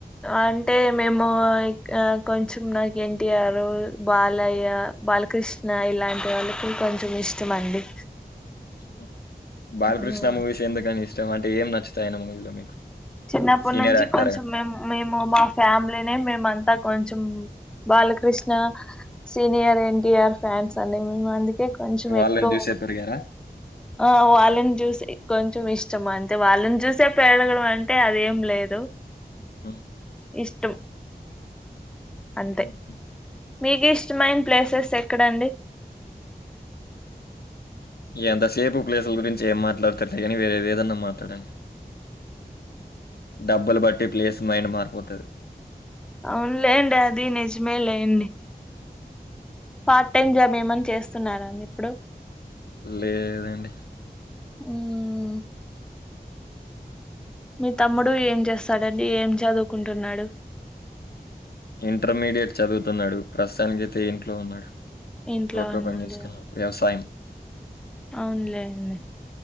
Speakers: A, in the centre; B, on the left.
A: అంటే మేము కొంచెం నాకు ఎన్టీఆర్ బాలయ్య బాలకృష్ణ ఇలాంటి వాళ్ళకు కొంచెం ఇష్టమ అండి
B: హూ బాలకృష్ణ
A: ఉమ్.
B: మూవీస్ ఎందుకని ఇష్టం అంటే ఏం నచ్చుతాయినీ మూవీలో మీకు
A: చిన్నప్పటి
B: సీనియర్
A: నుంచి
B: యాక్టర్గా
A: కొంచెం మేము మేము మా ఫ్యామిలీనే మేమంతా కొంచెం బాలకృష్ణ సీనియర్ ఎన్టీఆర్ ఫ్యాన్స్ అండి మేము అందుకే కొంచెం
B: వాళ్ళని
A: ఎక్కువ
B: చూసే పెరిగారా?
A: ఆ వాళ్ళని జ్యూసే కొంచెం ఇష్టం అంతే వాళ్ళని జ్యూసే పెడగడం అంటే అదేం లేదు
B: ఉ
A: ఇష్టం అంతే
B: ఉమ్,
A: మీకు ఇష్టమైన ప్లేసెస్ ఎక్కడండి
B: ఎంతసేపు ప్లేసుల గురించి ఏం మాట్లాడతారులే కానీ వేరే ఏదన్నా మాట్లాడడి డబ్బులు బట్టి ప్లేస్ మైండ్ మారిపోతది
A: అవునులేండి అది నిజమే లేండి పార్ట్ టైమ్ జాబ్ ఏమని చేస్తున్నారా అండి ఇప్పుడు
B: లే లేదండి
A: ఉమ్ మీ తమ్ముడు ఏం చేస్తాండి ఏం చదువుకుంటున్నాడు
B: ఇంటర్మీడియట్ చదువుతున్నాడు ప్రస్తుతానికైతే ఇంట్లో ఉన్నాడు
A: ఇంట్లో
B: తోట్లో
A: ఉన్నాడు
B: పని చేసుకున్నాం వ్యవసాయం
A: అవును లేండి